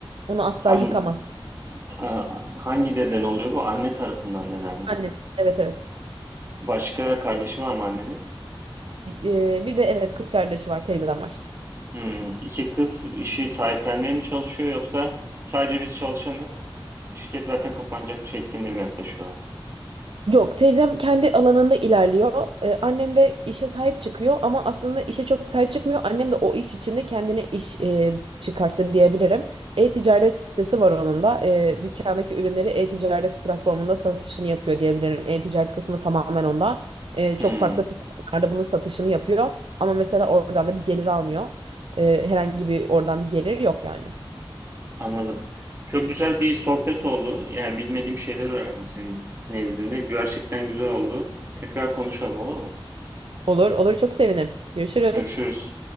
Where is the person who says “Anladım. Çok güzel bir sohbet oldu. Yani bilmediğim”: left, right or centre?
Right